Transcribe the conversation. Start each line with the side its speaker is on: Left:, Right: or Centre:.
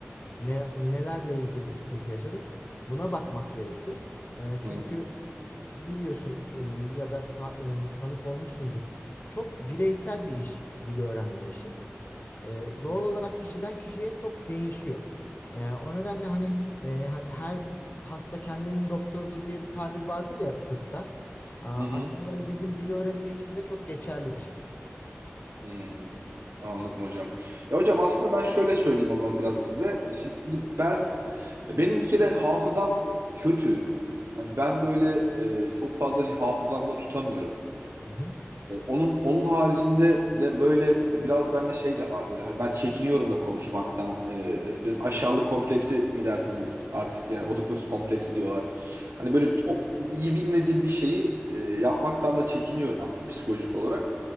Left: Ne, nelerle ilgili sıkıntı yaşadın? Buna bakmak gerekiyor. E, çünkü
Right: Hı
Left: biliyorsun e, ya da ta- e, tanık olmuşsundur. Çok bireysel bir iş, dili öğrenme işi. E, doğal olarak kişiden kişiye çok değişiyor. E, o nedenle hani e, ha- her hasta kendinin doktorudur diye bir tabir vardır ya tıpta. Aa,
Right: hı. hı.
Left: aslında o bizim dil öğrenimi için de çok geçerli bir şey.
Right: Hmm. Anladım hocam. Ya hocam aslında ben şöyle söyleyeyim o zaman biraz size. Şimdi ben E, Benim bir kere hafızam kötü. Hani ben böyle e, çok fazla şey hafızamda tutamıyorum.
Left: Hı hı.
Right: E, onun onun haricinde de böyle e, biraz bende şey de var böyle hani ben çekiniyorum da konuşmaktan. E, biraz aşağılık kompleksi mi dersiniz artık yani Oedipus kompleksi diyorlar. Hani böyle çok iyi bilmediğim bir şeyi e, yapmaktan da çekiniyorum aslında psikolojik olarak.